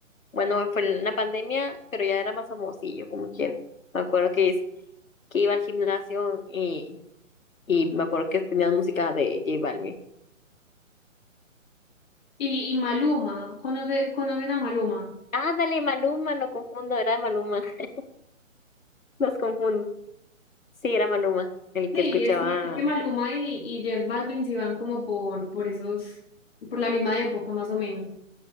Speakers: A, on the left (about 75°); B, on the left (about 45°).
A: Bueno, fue en la pandemia, pero ya era más famosillo, como quiera. Me acuerdo que, es- que iba al gimnasio y, y me acuerdo que tenía música de J Balvin.
B: Y, y Maluma, ¿conoce- ¿conocen a Maluma?
A: Ándale, Maluma, lo confundo, era Maluma, <laughs> los confundo. Sí, era Maluma, el
B: Sí,
A: que escuchaba.
B: es que, es que Maluma y, y J Balvin sí van como por, por esos, por la misma época más o menos.